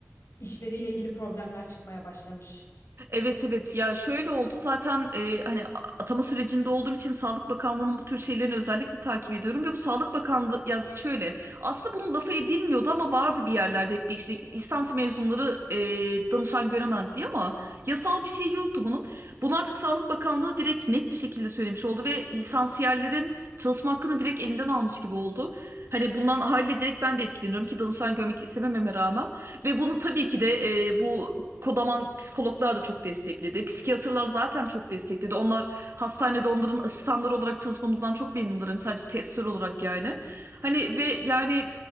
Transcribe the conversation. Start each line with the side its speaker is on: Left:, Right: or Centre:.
Left: işleriyle ilgili problemler çıkmaya başlamış.
Right: Evet evet ya şöyle oldu zaten e, hani atama sürecinde olduğum için Sağlık Bakanlığı'nın bu tür şeylerini özellikle takip ediyorum ve bu Sağlık Bakanlığı ya şöyle aslında bunun lafı edilmiyordu ama vardı bir yerlerde hep bir işte lisans mezunları e, danışan göremez diye ama yasal bir şey yoktu bunun. Bunu artık Sağlık Bakanlığı direkt net bir şekilde söylemiş oldu ve lisansiyerlerin çalışma hakkını direkt elinden almış gibi oldu. Hani bundan haliyle direkt ben de etkileniyorum ki danışan görmek istemememe rağmen. Ve bunu tabii ki de e, bu kodaman psikologlar da çok destekledi. Psikiyatrlar zaten çok destekledi. Onlar hastanede onların asistanları olarak çalışmamızdan çok memnunlar. Hani sadece testör olarak yani. Hani ve yani